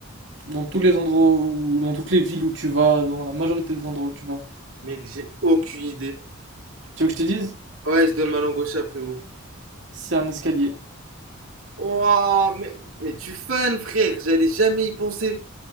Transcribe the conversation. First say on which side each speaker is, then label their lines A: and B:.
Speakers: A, on the right (about 55°); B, on the right (about 75°).
A: dans tous les endroits ou dans toutes les villes où tu vas, dans la majorité des endroits où tu vas.
B: Mec, j'ai aucune idée.
A: Tu veux que je te dise?
B: Ouais, je donne ma langue au chat, frérot.
A: C'est un escalier.
B: Ouah, mais, mais tu fan, frère. J'allais jamais y penser.